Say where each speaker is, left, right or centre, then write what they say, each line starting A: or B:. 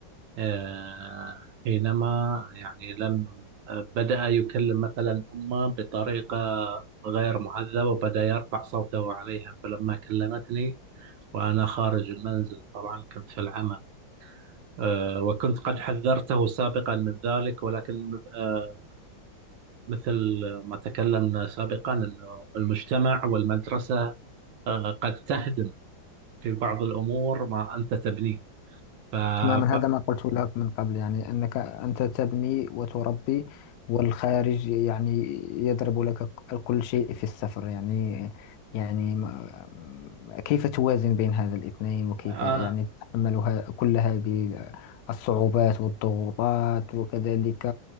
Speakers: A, on the right (about 80°); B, on the left (about 75°).
A: آه حينما يعني لم آه، بدأ يكلم مثلا أمه بطريقة غير مهذبة وبدأ يرفع صوته عليها فلما كلمتني وأنا خارج المنزل طبعا كنت في العمل آه، وكنت قد حذرته سابقا من ذلك ولكن آه، مثل ما تكلمنا سابقا أنه المجتمع والمدرسة آه، قد تهدم في بعض الأمور ما أنت تبنيه ف...
B: تماما
A: ف...
B: هذا ما قلت لك من قبل يعني أنك أنت تبني وتربي والخارج يعني يضرب لك كل شيء في السفر يعني يعني ما- كيف توازن بين هذا الاثنين وكيف
A: آه،
B: يعني تتحمل ه- كل هذه الصعوبات والضغوطات وكذلك